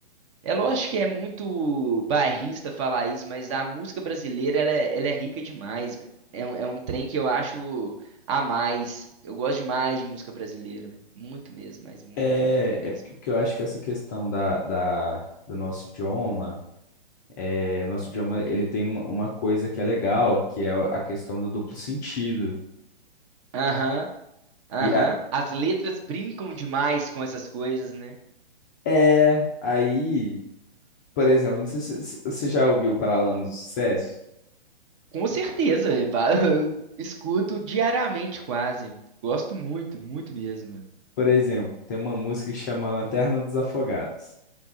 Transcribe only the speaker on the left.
É,
é porque porque eu acho que essa questão da, da, do nosso idioma, é, o nosso idioma ele tem uma, uma coisa que é legal, que é a questão do duplo sentido.
E a,
é, aí, por exemplo, não sei se se você já ouviu Paralamas do Sucesso.
Por exemplo, tem uma música que chama Lanterna dos Afogados.